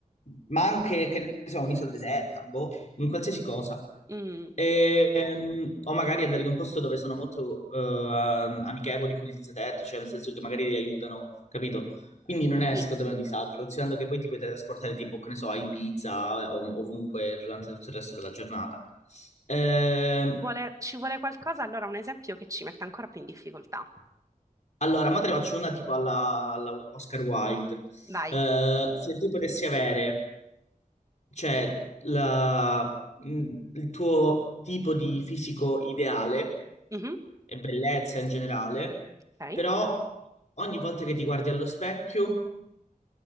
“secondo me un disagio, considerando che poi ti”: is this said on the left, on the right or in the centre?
Left